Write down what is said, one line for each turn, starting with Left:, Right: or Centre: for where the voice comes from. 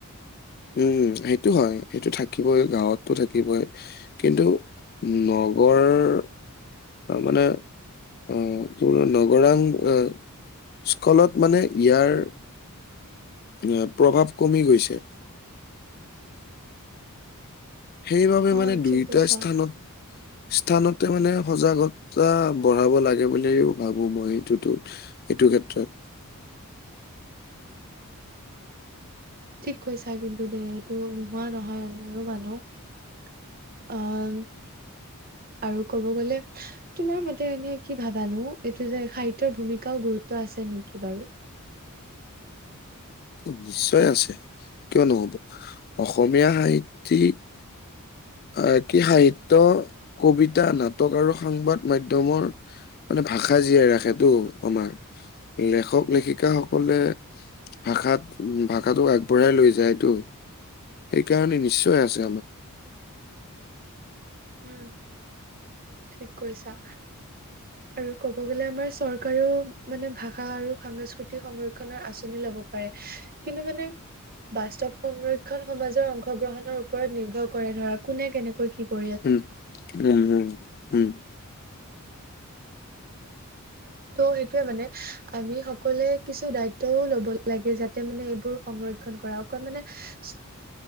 Left: উম, সেইটো হয় সেইটো থাকিবই গাঁৱতটো থাকিবই। কিন্তু নগৰ- অ মানে অ প নগৰাং এ <unintelligible> স্কলত মানে ইয়াৰ- এ প্ৰভাৱ কমি গৈছে। সেইবাবে
Right: অ
Left: মানে
Right: ঠিক
Left: দুইটা
Right: কৈছা
Left: স্থানত, স্থানতে মানে সজাগতা বঢ়াব লাগে বুলিও ভাবো মই সেইটোতো, এইটো ক্ষেত্ৰত।
Right: ঠিক কৈছা কিন্তু দেই এইটো নোহোৱা নহয়, ময়ো মানুহ। <unintelligible> আহ! আৰু ক'ব গলে <unintelligible> তোমাৰ মতে এনেই কি ভাবানো এইটো যে সাহিত্যৰ ভূমিকাও গুৰুত্ব আছে নেকি বাৰু? <unintelligible>
Left: নিশ্চয় আছে কিয় নহ'ব? অসমীয়া সাহিত্যিক <unintelligible> আহ'! কি সাহিত্য, কবিতা, নাটক আৰু সংবাদ মাধ্যমৰ <unintelligible> মানে ভাষা জীয়াই ৰাখেটো আমাৰ। লেখক-লেখিকাসকলে <unintelligible> ভাষাত ভাষাটোক আগবঢ়াই লৈ যায়টো <inaudible> সেইকাৰণে নিশ্চয় আছে।
Right: উম <unintelligible> ঠিক কৈছা। আৰু ক'ব গ'লে আমাৰ চৰকাৰেও মানে ভাষা আৰু সাংস্কৃতিৰ সংৰক্ষণৰ আঁচনি ল'ব পাৰে। <unintelligible> কিন্তু মানে <unintelligible> বাস্তৱ সংৰক্ষণ সমাজৰ অংশগ্ৰহণৰ ওপৰত নিৰ্ভৰ কৰে ধৰা কোনে কেনেকৈ কি কৰে? <unintelligible>
Left: উম <inaudible> উম-উম-উম <unintelligible>
Right: ত' সেইটোৱেই মানে আমি সকলোৱে কিছু দায়িত্বও ল'ব লাগে যাতে মানে এইবোৰ সংৰক্ষণ <unintelligible> কৰা অকল মানে <unintelligible>